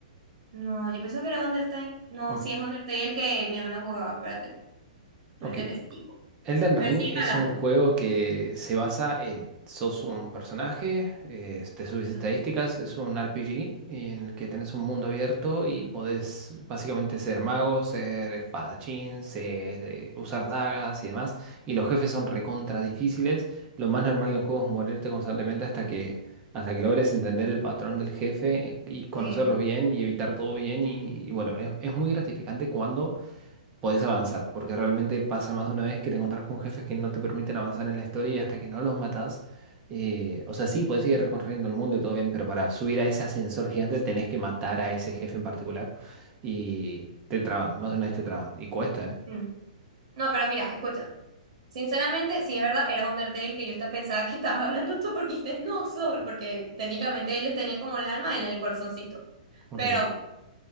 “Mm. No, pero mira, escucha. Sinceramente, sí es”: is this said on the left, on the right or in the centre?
Right